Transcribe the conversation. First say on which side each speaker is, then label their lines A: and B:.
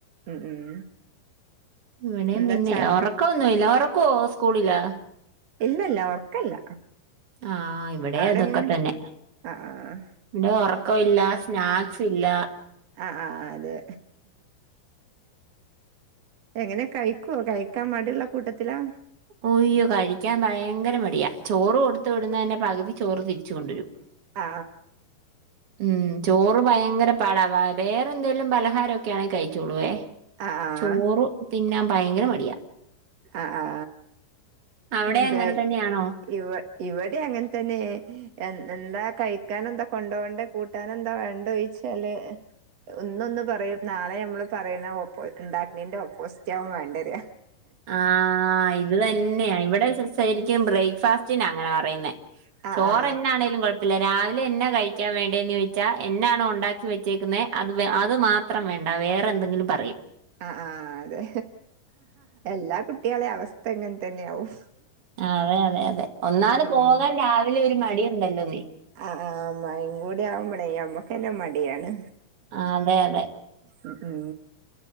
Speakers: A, on the right (about 90°); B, on the right (about 50°).
A: ഉം ഉം
B: ഇവിടേം
A: എന്താച്ചാ
B: പിന്നെ ഉറക്കൊന്നുല്ല ഉറക്കോ സ്കൂളിലാ
A: ഇല്ലല്ല ഒറക്കല്ല
B: ആഹ ഇവിടേം
A: അവിടെ
B: അതൊക്കെ
A: എങ്ങനെ
B: തന്നെ
A: ആഹ് ആഹ്
B: ന്റെ ഒർ ക്കോം ഇല്ല സ്നാക്സ് ഇല്ല
A: അ അ ആ അതെ എങ്ങനെ കഴിക്കൊ കഴിക്കാൻ മടിള്ള കൂട്ടത്തിലാ
B: ഒയ്യോ കഴിക്കാൻ ഭയങ്കര മടിയാ ചോറ് കൊട്ത്തവിട്ന്നന്നെ പക് തി ചോറ്തിരിച്ച് കൊണ്ടരും
A: ആ
B: ഉം ചോറ് ഭയങ്കര പാടാവാ വേറെ എന്തേലും പലഹാരൊ <unintelligible> കഴിച്ചോള്ളേ
A: ആഹ് ആഹ്
B: ചോറ് തിന്നാം ഭയങ്കര മടിയാ
A: ആ ആ
B: അവിടെ
A: മ്
B: അങ്ങനെ
A: ബാഗ്
B: തന്നെയാണോ
A: ഇവ ഇവടീം അങ്ങന തന്നേ എന്താ കഴിക്കാനെന്താ കൊണ്ടോ കണ്ടേ കൂട്ടാനെന്താ വേണ്ടേ ചോഴിച്ചാല് ഇന്നൊന്ന് പറയും നാളെ നമ്മള് പറയുന്ന ഓപ്പോ ഉണ്ടാക്കിണീന്റെ ഓപ്പോസ്റ്റ് ആവും വേണ്ടെ ര
B: ആ ഇത് തന്നെയ ഇവടെ സിസ് ശരി ബ്രേക്ക്ഫാസ്റ്റ് അങ്ങന പറയുന്നേ
A: ആ
B: ചോറെന്നേണേലുംകുഴ
A: ആ
B: <unintelligible> രാവിലെ എന്നാ കഴിക്കാൻ വേണ്ടേന്ന് ചോയിച്ചാ എന്നാണോ ഉണ്ടാക്കി വെച്ചേക്കുന്നേഅത് വേ അത് മാത്രം വേണ്ട വേറെ എന്തെങ്കിലും പറയും
A: ആ ആ അതെ എല്ലാ കുട്ട് കുട്ടികളെ അവസ്ഥ ഇങ്ങനെ തന്നെയാവും
B: അതെ അതെ അതെ ഒന്നാമത്
A: ഉം
B: പോകാൻ
A: ഉം
B: രാവിലെ ഒരു മടിയുണ്ടല്ലോ നീ
A: ആ ആ മഴിം കൂടി ആവുമ്പോളേ അമ്മക്കന്നെ മടിയാണ്
B: ആ അതെ അതെ
A: ഉം ഉം